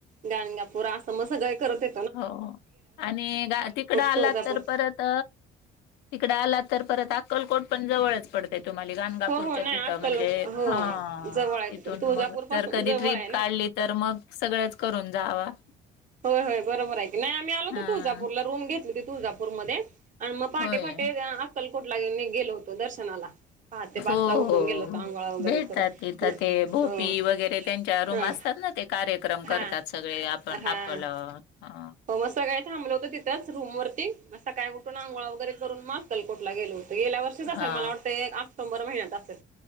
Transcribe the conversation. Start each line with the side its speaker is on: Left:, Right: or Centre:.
Right: गणगापूर असं म सगळे करते
Left: हो आणि गा तिकडं आला
Right: तुळजापूर
Left: तर परत तिकडे आला तर परत अक्कलकोट पण जवळच पडते तुम्हाली गाणगापूरच्या
Right: हो हो नाही
Left: तिथं
Right: अक्कल
Left: म्हणजे
Right: हो
Left: हा
Right: जवळ आहे तिथून
Left: इथून
Right: तुळजापूर
Left: मग
Right: पासून
Left: तर कधी
Right: जवळ
Left: ट्रिप
Right: आहे ना
Left: काढली तर मग सगळच करून जावा.
Right: होय-होय बरोबर आहे की नाही आम्ही आलो होतो
Left: हा
Right: तुळजापूरला रूम घेतली होती तुळजापूरमध्ये. आणि मग पहाटे
Left: होय
Right: पहाटे त्या अक्कलकोटला नी गेलो होतो दर्शनाला. पहाटे पाच
Left: हो
Right: ला उठून
Left: हो
Right: गेलो होतो आंघोळा वगैरे
Left: भेटातात
Right: करून
Left: तिथं ते भोपी
Right: हो
Left: वगैरे त्यांच्या
Right: हा
Left: रूम असतात ना ते कार्यक्रम
Right: हा
Left: करतात सगळे आपण
Right: हा
Left: आपलं हा.
Right: हो मग सकाळी थांबलं होतं तिथंच रूम वरती म सकाळी उठून आंगोळा वगैरे करून मग अक्कलकोटला गेलो होते गेल्या वर्षीच
Left: हा
Right: असेल मला वाटतं ऑक्टोंबर महिन्यात असेल.